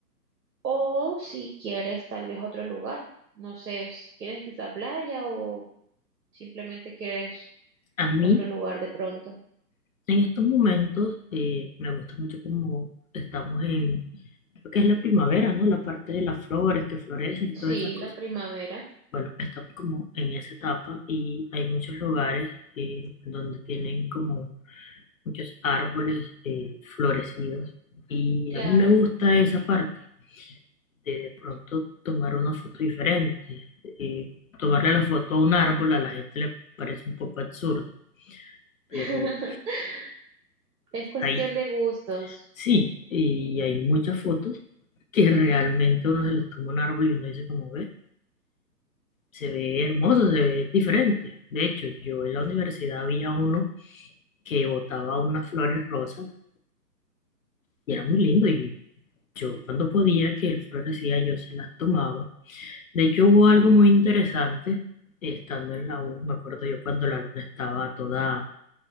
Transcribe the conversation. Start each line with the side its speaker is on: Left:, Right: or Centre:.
Right: O si quieres tal vez otro lugar, no sé, si ¿quieres la playa o simplemente quieres
Left: A mí,
Right: otro lugar de pronto?
Left: en estos momentos, eh, me gusta mucho como estamos en, creo que es la primavera, ¿no? La parte de las flores que florecen y
Right: Sí,
Left: todas esas cosas.
Right: la primavera,
Left: Bueno, estamos como en esa etapa y hay muchos lugares eh, donde tienen como muchos árboles eh, florecidos y
Right: claro.
Left: a mí me gusta esa parte. de, de pronto tomar una foto diferente. Eh, tomarle la foto a un árbol a la gente le parece un poco absurdo, pero
Right: <laughs> Es cuestión
Left: hay,
Right: de gustos.
Left: sí, y hay muchas fotos que realmente uno se los toma a un árbol y uno dice como ve, se ve hermoso, se ve diferente. De hecho, yo en la universidad había uno que botaba unas flores rosas y era muy lindo y yo cuando podía que el florecía yo se las tomaba De hecho, hubo algo muy interesante estando en la U. Me acuerdo yo cuando la luna estaba toda